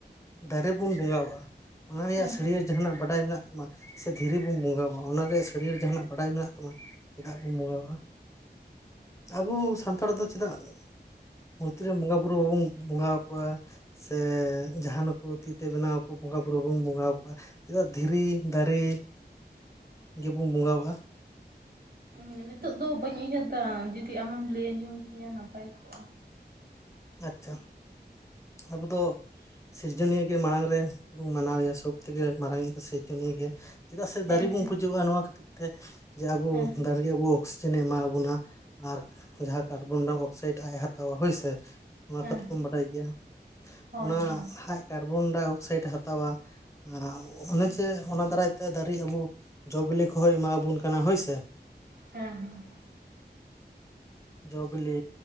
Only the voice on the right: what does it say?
ᱦᱮᱸ
ᱦᱸ ᱱᱤᱛᱚᱜ ᱫᱚ ᱵᱟᱹᱧ ᱩᱭᱦᱟᱹᱨ ᱮᱫᱟ ᱡᱩᱫᱤ ᱟᱢᱮᱢ ᱞᱟᱹᱭ ᱟᱸᱡᱚᱢ ᱠᱤᱧᱟᱹ ᱱᱟᱯᱟᱭ ᱠᱚᱜᱼᱟ
ᱦᱮᱸ
ᱦᱮᱸ
ᱦᱮᱸ
ᱦᱮᱸ
ᱦᱳᱭ
ᱦᱳᱭ
ᱦᱮᱸ ᱦᱮᱸ ᱾